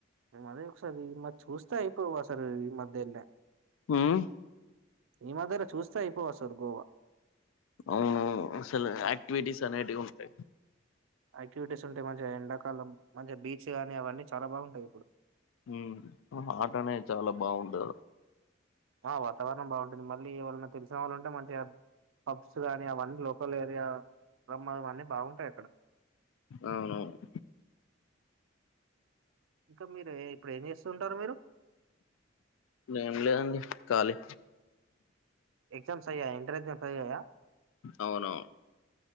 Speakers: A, on the right; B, on the left.
A: అదే ఒకసారి చూస్తే అయిపో అసలు ఈ మధ్యనే
B: ఉమ్
A: ఈ మధ్యర చూస్తే అయిపోవు అసలు గోవా
B: అవును అసలు యాక్టివిటీస్ అనేటివి ఉంటాయి.
A: యాక్టివిటీస్ ఉంటాయి మంచి ఎండాకాలం మంచి బీచ్ గానీ అవన్నీ చాలా బాగుంటాయి ఇప్పుడు
B: ఉమ్ హాట్ అనే చాలా బాగుంటదాడ
A: ఆ వాతావరణం బాగుంటుంది మళ్ళీ ఎవళ్ళన్న తెలిసిన వాళ్ళు ఉంటే మంచిగా పబ్స్ గాని అవన్నీ లోకల్ ఏరియా రమ్మ అన్నీ బాగుంటాయి అక్కడ
B: అవునవును
A: ఇంకా మీరు ఇప్పుడు ఏం జేస్తూ ఉంటారు మీరు
B: ఏం లేదండి ఖాళీ
A: ఎగ్జామ్స్ ఐయాయా ఇంటర్ ఎగ్జామ్స్ ఐయాయా
B: అవును